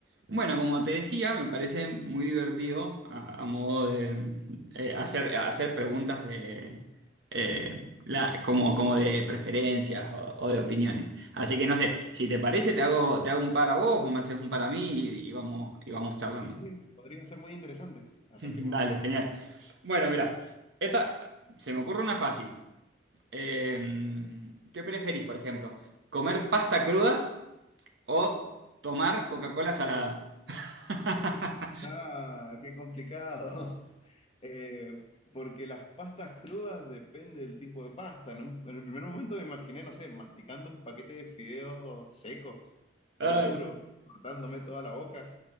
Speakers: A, on the right; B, on the left.
A: Bueno, como te decía, me parece muy divertido a, a modo de eh, hacer, hacer preguntas de eh, la- como, como de preferencias o, o de opiniones. Así que no sé, si te parece, te hago, te hago un par a vos o me haces un par a mí y, y vamos, y vamos charlando.
B: Sí, sí, podría ser muy interesante.
A: <laughs>
B: Arranquemos.
A: Dale, genial. Bueno, mira, esta se me ocurre una fácil. Eh, ¿qué preferís, por ejemplo? ¿Comer pasta cruda o tomar Coca-Cola salada? <laughs>
B: Ah, qué complicado. <laughs> Eh, porque las pastas crudas depende del tipo de pasta. En, un- en el primer momento me imaginé, no sé, masticando un paquete de fideos secos, todo
A: Ay.
B: duro, cortándome toda la boca.